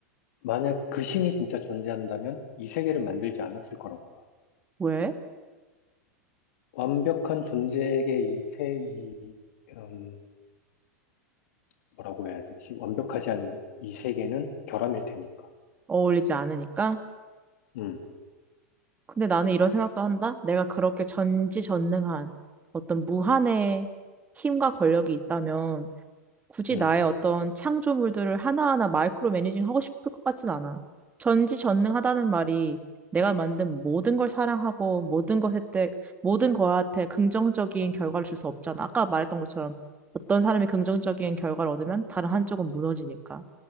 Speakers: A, on the left; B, on the right.
A: 만약 그 신이 진짜 존재한다면 이 세계를 만들지 않았을 거라고 봐.
B: 왜?
A: 완벽한 존재에게 이 세, 이, 음, 뭐라고 해야 되지? 완벽하지 않은 이 세계는 결함일 테니까.
B: 어울리지 않으니까?
A: 음,
B: 근데 나는 이런 생각도 한다. 내가 그렇게 전지전능한 어떤 무한의 힘과 권력이 있다면 굳이
A: 음,
B: 나의 어떤 창조물들을 하나하나 마이크로 매니징 하고 싶을 것 같진 않아. 전지전능하다는 말이 내가 만든 모든 걸 사랑하고 모든 것에 대, 모든 거한테 긍정적인 결과를 줄 수 없잖아. 아까 말했던 것처럼 어떤 사람이 긍정적인 결과를 얻으면 다른 한쪽은 무너지니까.